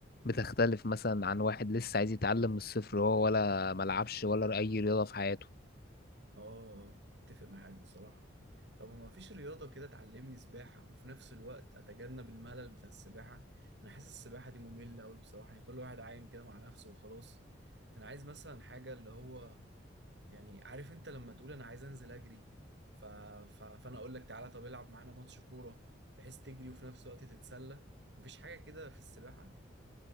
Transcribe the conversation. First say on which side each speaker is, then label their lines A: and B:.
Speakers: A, on the left; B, on the right.
A: بتختلف مثلا عن واحد لسه عايز يتعلم من الصفر هو ولا ملعبش ولا اي رياضه في حياته
B: اه اتفق معاك بصراحة طب هو مفيش رياضة كده تعلمني سباحة وفي نفس الوقت أتجنب الملل بتاع السباحة أنا حاسس السباحة دي مملة أوي بصراحة يعني كل واحد عايم كده مع نفسه وخلاص أنا عايز مثلا حاجة اللي هو يعني عارف أنت لما تقول أنا عايز أنزل أجري ف... ف... فأنا أقول لك تعالى طب العب معانا ماتش كورة بحيث تجري وفي نفس الوقت تتسلى مفيش حاجة كده في السباحة